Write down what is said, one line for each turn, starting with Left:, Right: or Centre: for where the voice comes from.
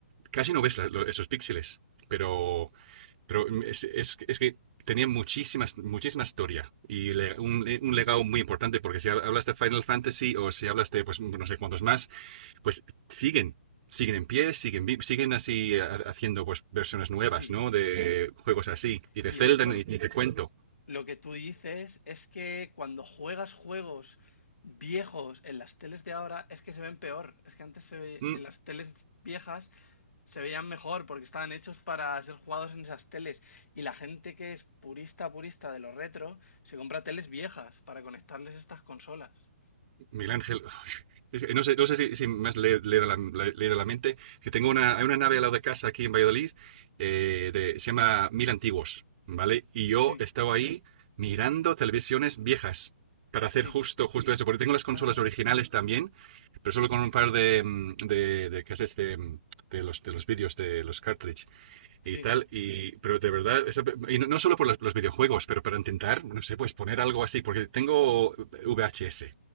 Right: casi no ves la- lo- esos píxeles, pero, pero es, es- es que tenía muchísimas, muchísima historia y le- un, un legado muy importante, porque si hablas de Final Fantasy o si hablas de, pues, no sé cuántos más, pues siguen. Siguen en pie, siguen, vi- siguen así ha- haciendo pues versiones nuevas,
Left: Sí.
Right: ¿no? De juegos así. Y de
Left: Y
Right: Zelda
Left: de hecho,
Right: ni, ni te cuento.
Left: Lo que tú dices es que cuando juegas juegos viejos en las teles de ahora es que se ven peor. Es que antes se ve-
Right: Mm,
Left: en las teles viejas se veían mejor porque estaban hechos para ser jugados en esas teles. Y la gente que es purista, purista de lo retro, se compra teles viejas para conectarles estas consolas.
Right: Miguel Ángel, <laughs> es que no sé, no sé si, si me has le- leído la, la- leído la mente, que tengo
Left: <laughs>
Right: una, hay una nave al lado de casa aquí en Valladolid, eh, de- se llama Mil Antiguos, ¿vale? Y yo
Left: Sí,
Right: estaba ahí mirando televisiones viejas para hacer
Left: sí.
Right: justo, justo eso, porque tengo las consolas
Left: Ah,
Right: originales también, pero solo con un par de, mm, de, de cassettes de, mm, de los, de los vídeos, de los cartridge
Left: sí,
Right: y tal, y, pero de verdad, esa- y no, no solo por los, los videojuegos, pero para intentar, no sé, pues poner algo así, porque tengo VHS.